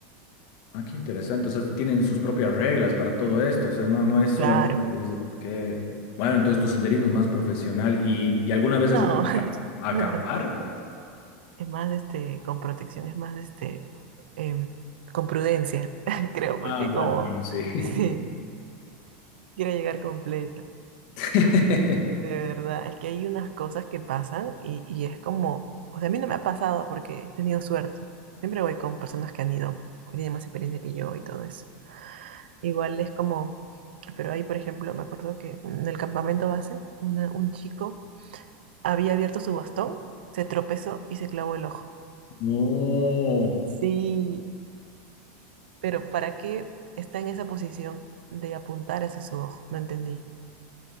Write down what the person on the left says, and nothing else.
Ah, qué interesante. O sea, tienen sus propias reglas para todo esto. O sea, no, no es solamente
que dice que. Bueno, entonces tu senderismo es más profesional. ¿Y, y alguna vez
has llegado
a a acampar?
Ah, bueno,
bueno, sí.
<laughs>
No,